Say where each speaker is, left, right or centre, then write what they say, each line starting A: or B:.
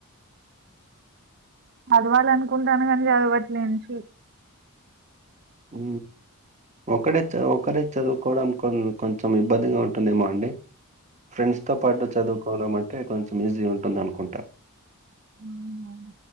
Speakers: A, on the right; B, on the right.
A: చదవాల అనుకుంటాను కానీ చదవట్లేన్చి
B: ఆ ఒకడే చ ఒకరే చదువుకోవడాడం కోన్ కొంచెం ఇబ్బందిగా ఉంటుందేమో అండి ఫ్రెండ్స్తో పాటు చదువుకోడం అంటే కొంచెం ఈజీ ఉంటుంది అనుకుంటా
A: ఔను ఔను